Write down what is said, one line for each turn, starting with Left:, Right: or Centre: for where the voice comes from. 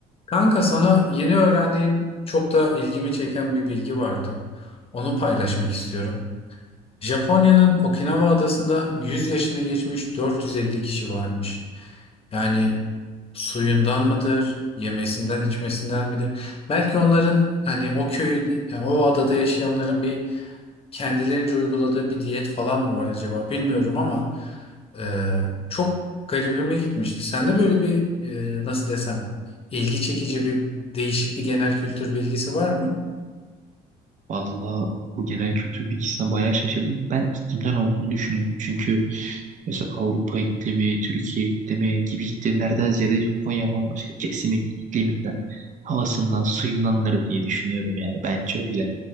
Left: Kanka sana yeni öğrendiğim çok da ilgimi çeken bir bilgi vardı. Onu paylaşmak istiyorum. Japonya'nın Okinawa adasında 100 yaşını geçmiş 450 kişi varmış. Yani suyundan mıdır, yemesinden, içmesinden midir? Belki onların hani o köyde, yani o adada yaşayanların bir kendilerince uyguladığı bir diyet falan mı var acaba bilmiyorum ama e, çok garibime gitmişti. Sende böyle bir e, nasıl desem ilgi çekici bir değişik bir genel kültür bilgisi var mı?
Right: Vallahi bu genel kültür bilgisine bayağı şaşırdım. Ben iklimden olduğunu düşünüyorum. Çünkü mesela Avrupa iklimi, Türkiye iklimi gibi iklimlerden ziyade Japonya bambaşka. Kesinlikle ikliminden, havasından, suyundanları diye düşünüyorum yani. Bence öyle.